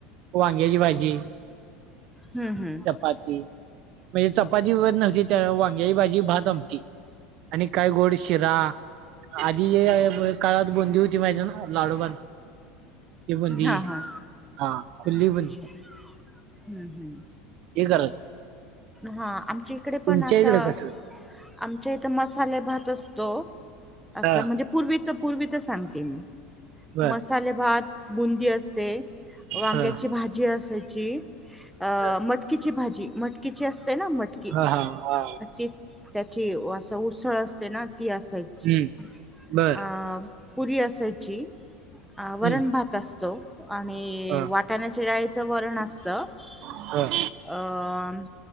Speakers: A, on the right; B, in the centre.
A: वांग्याची भाजी <unintelligible>
B: हम्म हम्म
A: चपाती म्हणजे चपाती वगैरे नव्हती त्यावेळेला वांग्याची भाजी, भात, आमटी आणि काय गोड शिरा. आधी काळात बुंदी होती माहिते नव? लाडूबाण हि बुंदी
B: हा हा
A: हा खुली
B: अच्छा
A: बून
B: हम्म, हम्म
A: हे करत
B: हा, आमच्या इकडे पण
A: तुमच्या
B: असं
A: इकडे कसं
B: आमच्या इथ मसाले भात असतो, असं
A: हा
B: म्हणजे पूर्वी च पूर्वीचं सांगते मी
A: बर
B: मसाले भात, बुंदी असते वांग्याची
A: हा
B: भाजी असायची, अं
A: बर
B: मटकीची भाजी मटकीची अस असय ना मटकी
A: हा हा हा
B: ती त्याची असं उसळ असते ना ती असायची
A: हम्म बर
B: अं पुरी असायची, अं वरण
A: हम्म
B: भात असतो. आणि
A: हा
B: वाटाण्याच्या डाळीचं वरण असत, अं
A: हा